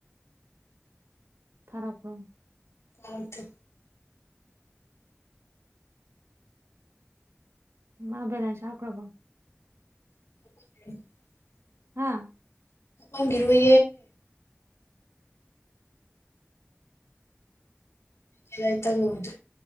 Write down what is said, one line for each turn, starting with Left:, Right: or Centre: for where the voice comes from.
Right: ꯐꯔꯥꯞꯄꯔꯝ
Left: ꯑ ꯑꯗꯨ
Right: ꯃꯥꯕꯦꯂ ꯆꯈ꯭ꯔꯕꯝ
Left: <inaudible>
Right: ꯍꯥꯥ
Left: ꯑꯃꯥꯡ ꯉꯕꯦ ꯑꯦꯥꯏ ꯇ ꯍꯣꯣ